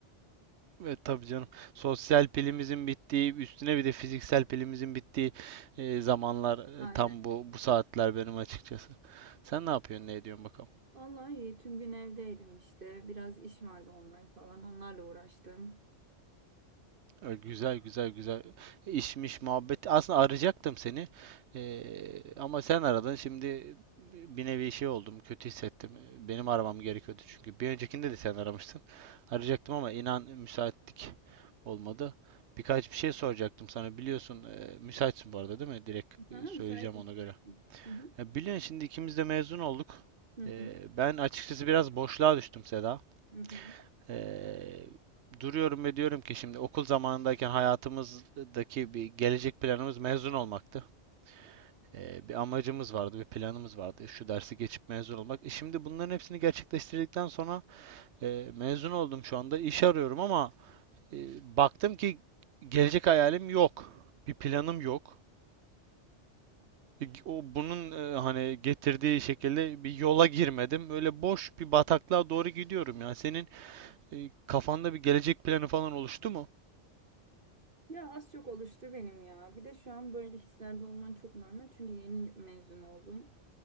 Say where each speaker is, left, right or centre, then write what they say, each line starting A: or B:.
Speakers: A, on the right; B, on the right.
A: Evet tabii canım. Sosyal pilimizin bittiği, üstüne bir de fiziksel pilimizin bittiği e, zamanlar
B: Aynen.
A: e, tam bu bu saatler benim açıkçası. Sen ne yapıyorsun, ne ediyorsun bakalım?
B: Vallahi iyi. Tüm gün evdeydim işte. Biraz iş vardı online falan. Onlarla uğraştım.
A: Ö, Güzel güzel güzel işmiş muhabbet. Aslında arayacaktım seni. Ee, ama sen aradın. Şimdi bir nevi şey oldum. Kötü hissettim. Benim aramam gerekiyordu çünkü. Bir öncekinde de sen aramıştın. Arayacaktım ama inan müsaitlik olmadı. Birkaç bir şey soracaktım sana. Biliyorsun e, müsaitsin bu arada değil mi? Direkt e,
B: Aha,
A: söyleyeceğim
B: müsaitim,
A: ona
B: müsaitim.
A: göre.
B: Hı hı.
A: Ya biliyorsun şimdi ikimiz de mezun olduk.
B: Hı
A: Ee,
B: hı.
A: ben açıkçası biraz boşluğa düştüm Seda.
B: Hı hı.
A: Eee, duruyorum ve diyorum ki şimdi okul zamanındayken hayatımızdaki bir gelecek planımız mezun olmaktı. Eee, bir amacımız vardı, bir planımız vardı. Şu dersi geçip mezun olmak. E şimdi bunların hepsini gerçekleştirdikten sonra eee, mezun oldum şu anda. İş arıyorum ama eee, baktım ki gelecek hayalim yok. Bir planım yok. E, O bunun eee, hani getirdiği şekilde bir yola girmedim. Öyle boş bir bataklığa doğru gidiyorum ya. Senin eee, kafanda bir gelecek planı falan oluştu mu?
B: Ya az çok oluştu benim ya. Bir de şu an böyle hislerde olman çok normal. Çünkü yeni mezun oldun.